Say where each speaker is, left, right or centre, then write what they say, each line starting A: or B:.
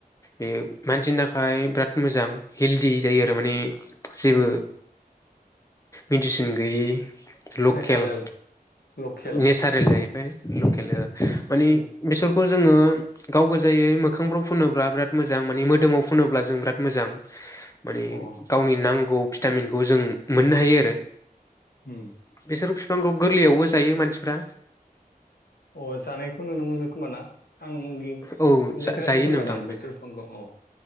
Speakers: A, on the left; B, on the left.
A: बेयो मानसिनि थाखाय बिराद मोजां हेलदि जायो आरो माने जेबो
B: उम
A: मेडिसिन गैयि लकेल
B: नेचारेल लकेल
A: नेसारेल जाहैबाय लकेल
B: उम
A: माने
B: उम
A: बेसोर खौ जोङो गाव गोजायै मोखांफ्राव फुनोब्ला बिराद मोजां माने मोदोमाव फुनोब्ला जों बिराद मोजां माने
B: अ उम
A: गावनि नांगौ भिटामिनखौ जों मोननो हायो आरो
B: उ
A: बिसोर बिफांखौ गोरलैयावबो जायो मानसिफ्रा
B: अ जानायखौ नुनो मोनो खोमा ना आं मोनजाफेराखै
A: औ जायो
B: खोमा
A: नोंथां
B: दां बेसर फिफांखौ औ